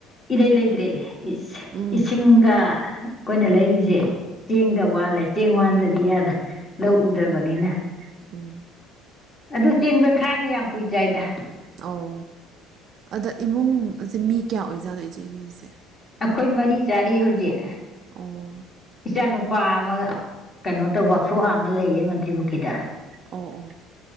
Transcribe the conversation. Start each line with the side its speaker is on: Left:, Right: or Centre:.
Left: ꯏꯔꯩ ꯂꯩꯗꯔꯦ ꯏꯁꯤ
Right: ꯎꯝ
Left: ꯏꯁꯤ ꯆꯤꯡꯒ ꯑꯩꯈꯣꯏꯅ ꯂꯩꯔꯤꯁꯦ ꯆꯦꯡꯒ ꯋꯥꯜꯂꯦ ꯆꯦꯡ ꯋꯥꯟꯗ꯭ꯔꯗꯤ ꯌꯥꯗꯦ ꯂꯧ ꯎꯗ꯭ꯔꯕꯅꯤꯅ
Right: ꯎꯝ ꯎꯝ
Left: ꯑꯗꯨ ꯆꯦꯡ ꯕꯦꯛꯈꯥꯏ ꯑꯃꯅ ꯌꯥꯝ ꯀꯨꯏꯅꯥ ꯆꯥꯏꯗ
Right: ꯑꯣ ꯑꯗ ꯏꯃꯨꯡꯁꯦ ꯃꯤ ꯀꯌꯥ ꯑꯣꯏꯖꯥꯠꯅꯣ ꯏꯆꯦ ꯈꯣꯏꯁꯦ
Left: ꯑꯩꯈꯣꯏ ꯃꯔꯤ ꯆꯥꯔꯤ ꯍꯧꯖꯤꯛ
Right: ꯑꯣ
Left: ꯏꯆꯥ ꯅꯨꯨꯄꯥ ꯑꯃ ꯀꯩꯅꯣ ꯇꯧ
Right: ꯎꯝ
Left: ꯋꯥꯛꯁꯣꯞ ꯍꯥꯡꯉꯒ ꯂꯩꯌꯦ ꯃꯟꯇ꯭ꯔꯤ ꯄꯨꯈ꯭ꯔꯤꯗ
Right: ꯑꯣ ꯑꯣ